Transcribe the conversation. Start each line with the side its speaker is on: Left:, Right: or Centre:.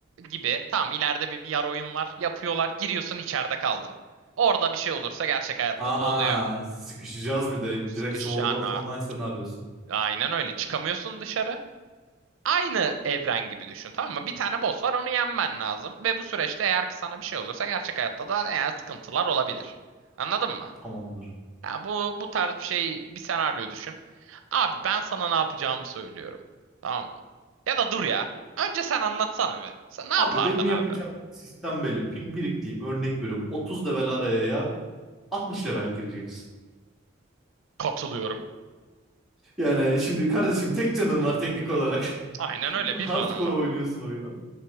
Right: gibi. Tamam ileride bir VR oyun var. Yapıyorlar. Giriyorsun içeride kaldın. Orada bir şey olursa gerçek hayatta
Centre: Ha
Right: da oluyor.
Centre: sıkışacağız bir de.
Right: Sıkışacaksın
Centre: Direkt Sword Art
Right: ha.
Centre: Online senaryosu.
Right: Aynen öyle. Çıkamıyorsun dışarı. Aynı evren gibi düşün tamam mı? Bir tane boss var onu yenmen lazım. Ve bu süreçte eğer ki sana bir şey olursa gerçek hayatta da yani sıkıntılar olabilir. Anladın mı?
Centre: Tamamdır.
Right: Ya bu, bu tarz bir şey bir senaryo düşün. Abi ben sana ne yapacağımı söylüyorum. Tamam mı? Ya da dur ya. Önce sen anlatsana bir. Sen ne yapardın
Centre: Abi benim yapacağım
Right: abi?
Centre: sistem belli. Pimpirikliyim. Örnek veriyorum. 30 level araya ya 60 level gireceksin.
Right: Katılıyorum.
Centre: Yani şimdi kardeşim tek canın var teknik olarak.
Right: Aynen
Centre: <laughs>
Right: öyle bir
Centre: Hardcore
Right: ranım var.
Centre: oynuyorsun oyunu.